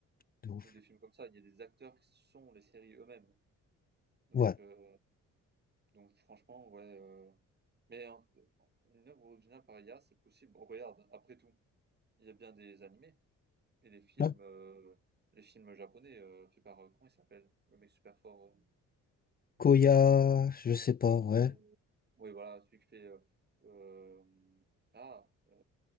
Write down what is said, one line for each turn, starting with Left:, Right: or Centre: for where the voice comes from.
Left: de ouf.
Right: Ou des films comme ça, il y a des acteurs qui sont les séries eux-mêmes, donc
Left: Ouais.
Right: heu, donc franchement, ouais, heu, mais un une œuvre originale par IA, c'est possible. Regarde, après tout, Il y a bien des animés et les films,
Left: Là,
Right: heu, les films japonais, heu, faits par, heu, comment il s'appelle? Le mec super fort, heu,
Left: Koya,
Right: heu,
Left: je sais pas,
Right: oui,
Left: ouais.
Right: heu, oui voilà, celui qui fait, heu, hem, ah, heu,